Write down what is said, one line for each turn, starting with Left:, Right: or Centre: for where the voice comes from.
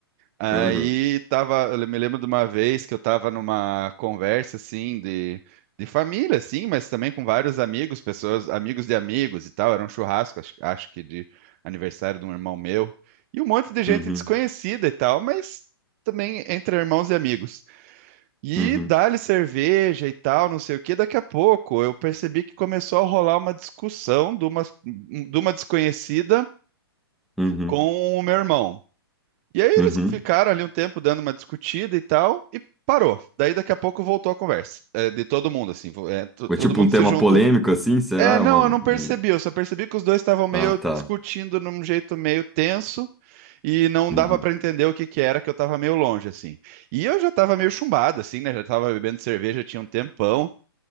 Right: Aí
Centre: aham,
Right: tava, eu me lembro de uma vez que eu tava numa conversa assim de, de família, assim, mas também com vários amigos, pessoas, amigos de amigos e tal. Era um churrasco, acho, acho que de aniversário de um irmão meu, e um monte de gente
Centre: uhum,
Right: desconhecida e tal, mas também entre irmãos e amigos. E
Centre: uhum,
Right: dá-lhe cerveja e tal, não sei o quê. Daqui a pouco eu percebi que começou a rolar uma discussão de uma, de uma desconhecida
Centre: uhum,
Right: com o meu irmão. E aí eles
Centre: uhum.
Right: ficaram ali um tempo dando uma discutida e tal, e parou. Daí daqui a pouco voltou a conversa, é, de todo mundo, assim, vo- é, to-
Centre: Ou
Right: todo
Centre: tipo
Right: mundo
Centre: um tema
Right: se juntou.
Centre: polêmico assim, será?
Right: É,
Centre: É
Right: não,
Centre: Uma... um-
Right: eu não percebi, eu só percebi que os dois estavam meio
Centre: Ah, tá.
Right: discutindo num jeito meio tenso e não
Centre: Uhum,
Right: dava pra entender o que que era, que eu tava meio longe, assim. E eu já tava meio chumbado, assim, né, já tava bebendo cerveja tinha um tempão,